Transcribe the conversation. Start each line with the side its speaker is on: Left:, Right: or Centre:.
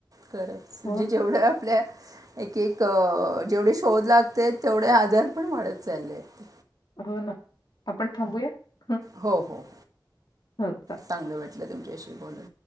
Right: खरचं. म्हणजे
Left: हो ना,
Right: जेवढं आपल्या एक-एक अ.. जेवढे शोध लागतेत, तेवढे आजारपण वाढत चाललेत.
Left: हो, ना. आपण थांबूया? हं,
Right: हो-हो
Left: हं, चालेल.
Right: चांगलं वाटलं, तुमच्याशी बोलून.